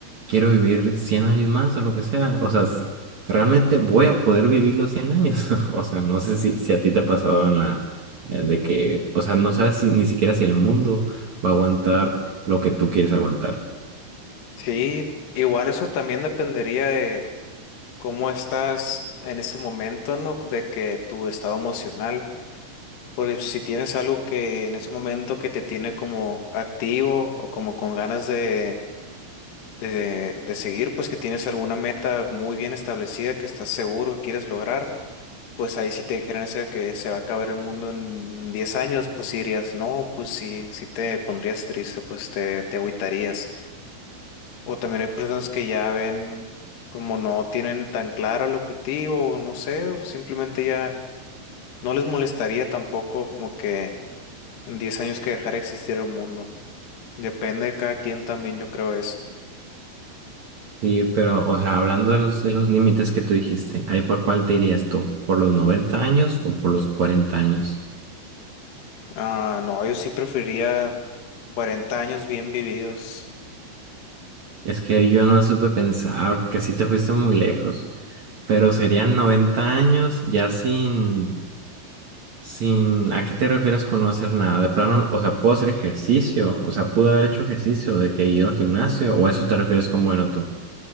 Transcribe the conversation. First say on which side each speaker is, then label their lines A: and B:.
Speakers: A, on the right; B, on the left.
A: quiero vivir 100 años más o lo que sea. O sea, s- realmente voy a poder vivir los 100 años. <laughs> O sea, no sé si, si a ti te ha pasado en la, eh, de que, o sea, no sabes si, ni siquiera si el mundo va a aguantar lo que tú quieres aguantar.
B: Sí, igual eso también dependería de cómo estás en ese momento, ¿no? De que tu estado emocional, porque si tienes algo que en ese momento que te tiene como activo o como con ganas de, de, de seguir, pues que tienes alguna meta muy bien establecida que estás seguro que quieres lograr, pues ahí si te dijeran eso de que se va a acabar el mundo en 10 años, pues sí dirías, no, pues sí, sí te pondrías triste, pues te, te agüitarías. O también hay personas que ya ven como no tienen tan claro el objetivo, o no sé, o simplemente ya no les molestaría tampoco como que en 10 años que dejara de existir el mundo. Depende de cada quien también, yo creo eso.
A: Sí, pero, o sea, hablando de los, de los límites que tú dijiste, ¿ahí por cuál te irías tú? ¿Por los 90 años o por los cuarenta años?
B: Ah, no, yo sí preferiría 40 años bien vividos.
A: Es que yo no supe pensar, porque sí te fuiste muy lejos. Pero serían 90 años ya sin, Sin, ¿a qué te refieres con no hacer nada? De plano, o sea, puedo hacer ejercicio, o sea, pude haber hecho ejercicio de que ir al gimnasio, o a eso te refieres con bueno tú.